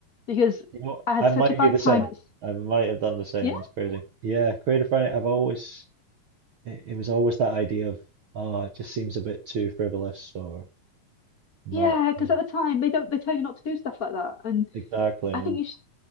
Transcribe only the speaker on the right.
You know,
I
might
be the
same.
I might have done the same.
That's crazy. Yeah, Creative Friday. I've always it, it was always that idea of, oh, it just seems a bit too frivolous or not
kind
of
exactly,
yeah,